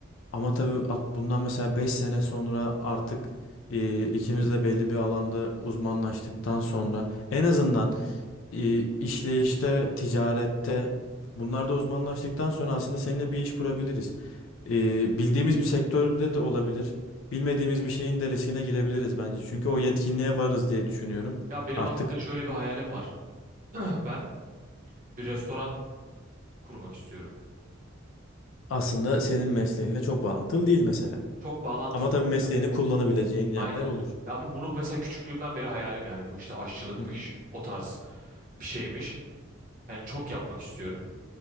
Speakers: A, on the left; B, on the right.
A: ama tabii at- bundan mesela 5 sene sonra artık e, ikimiz de belli bir alanda uzmanlaştıktan sonra en azından e, işleyişte, ticarette bunlarda uzmanlaştıktan sonra aslında seninle bir iş kurabiliriz. E, bildiğimiz bir sektörde de olabilir. Bilmediğimiz bir şeyin de riskine girebiliriz bence. Çünkü o yetkinliğe varız diye düşünüyorum.
B: Ya benim
A: Artık
B: aslında şöyle bir hayalim var. <clears throat> Ben bir restoran kurmak istiyorum.
A: aslında senin mesleğinle çok bağlantılı değil mesela.
B: Çok bağlantılı
A: Ama tabii
B: değil.
A: mesleğini kullanabileceğin yerler
B: Aynen.
A: olur.
B: Ama bunu mesela küçüklüğümden beri hayalim yani bu işte aşçılıkmış,
A: Hı hı.
B: o tarz bir şeymiş. Yani çok yapmak istiyorum.